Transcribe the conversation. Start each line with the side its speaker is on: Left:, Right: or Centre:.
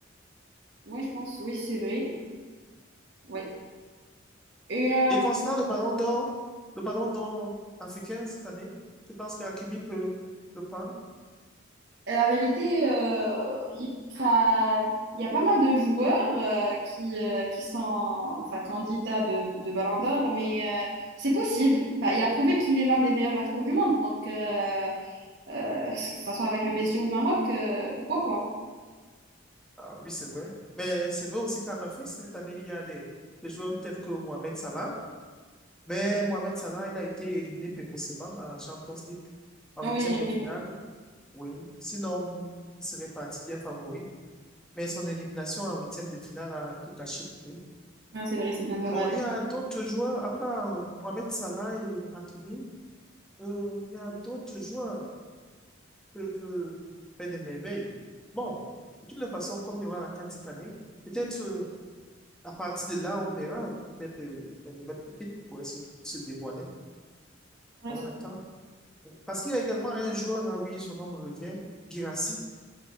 Right: oui, je pense, oui, c'est vrai. Oui. Et euh,
Centre: Et concernant le ballon d'or, le ballon d'or africain cette année, je pense qu'Hakimi peut le prendre.
Right: Et la vérité, euh, il, 'fin, il y a pas mal de joueurs euh, qui, euh, qui sont enfin, candidats de, de Ballon d'Or, mais euh, c'est possible. Enfin, il a prouvé qu'il est l'un des meilleurs latéraux du monde, donc euh, euh, que ça soit avec le PSG ou le Maroc, euh, pourquoi pas?
Centre: Ah oui, c'est vrai. Mais c'est vrai aussi qu'en Afrique, cette année, il y a des, des joueurs tels que Mohamed Salah. Mais Mohamed Salah, il a été éliminé précocement en Champions League en
Right: Ah
Centre: huitième
Right: Oui,
Centre: de
Right: oui,
Centre: finale. Oui. Sinon, il serait parti bien favori. Mais son élimination en huitième de finale a tout gâché pour lui.
Right: Ah, c'est vrai, c'est bien dommage.
Centre: Bon, il y a d'autres joueurs, à part euh, Mohamed Salah et Hakimi, euh, il y a d'autres joueurs. peuvent faire des merveilles. Bon, de toutes les façons, comme il y aura la CAN cette année, peut-être euh, à partir de là, on verra peut-être euh, des nouvelles pépites pourraient se, se dévoiler.
Right: Ouais,
Centre: On l'attend. Parce qu'il y a également un joueur, là, oui, son nom me revient, Girassi.